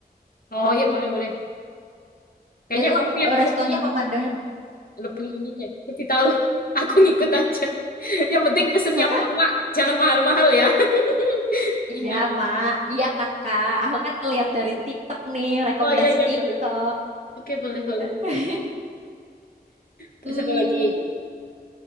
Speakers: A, on the left; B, on the right.
A: Oh, iya, boleh, boleh. Kayaknya
B: Itu
A: kamu yang
B: eh, restonya
A: lebih
B: pemandangan
A: lebih ini deh, lebih tahu. <laughs> Aku ngikut aja. <laughs> Yang penting pesen
B: karena
A: yang mama, jangan mahal-mahal ya. <laughs> Ingat.
B: iya Mak, iya Kakak, aku kan ngeliat dari TikTok nih, rekomendasi
A: Oh iya iya
B: TikTok.
A: boleh. Oke boleh boleh.
B: <laughs>
A: Terus
B: Hmm,
A: apa lagi?